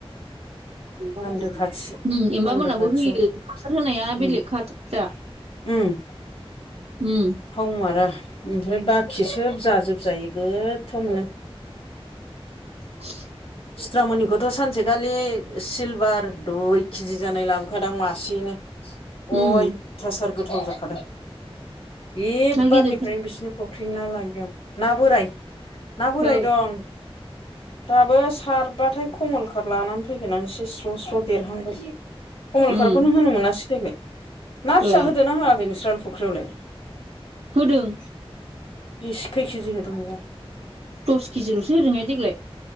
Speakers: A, on the right; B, on the left.
A: मोनो
B: बान्दो खाथि
A: एमबा
B: बान्दो
A: मोनाबो
B: खाथियाव
A: होयो हासार होनाया
B: उम
A: बेलेग खाथार दा
B: उम
A: उम
B: थावमारा ओमफ्राय बाखि सोब जाजोबजायो गोथावनो
A: <inaudible>
B: सिथ्रामोनिखौथ' सानसेखालि सिलभार दुइ केजि जानाय लाबोखादों आं मासेयैनो अयथासार
A: उम
B: गोथाव जाखादों बे
A: ना
B: बारनिफ्रायनो
A: गिदिरफोर
B: बिसोर फख्रि ना लायगोन ना बोराय ना बोराय
A: औ
B: दं दाबो खारबाथाय कमल क लानानै फैगोन आं एसे स्र' स्र' देरहांबाय कमलकाखौ
A: उम
B: नों होनो मोनासै देग्लाय ना फिसा
A: ओ
B: होदोना होआाखै नोंस्रानो फुख्रियावल
A: होदों
B: बेसे खै केजि होदोंबा
A: दस केजिल'सो होदोंहाय देग्लाय